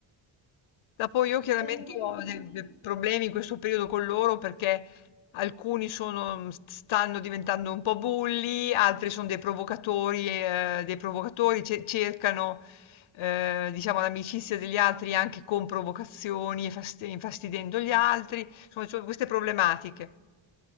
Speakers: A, on the left; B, on the right.
A: Ma poi io
B: Beh,
A: chiaramente
B: quindi
A: ho
B: senti
A: dei, dei problemi in questo periodo con loro perché alcuni sono- stanno diventando un po' bulli, altri sono dei provocatori, eh, dei provocatori ce- cercano, eh, diciamo, l'amicizia degli altri anche con provocazioni e fast- infastidendo gli altri. Insomma, ci sono queste problematiche.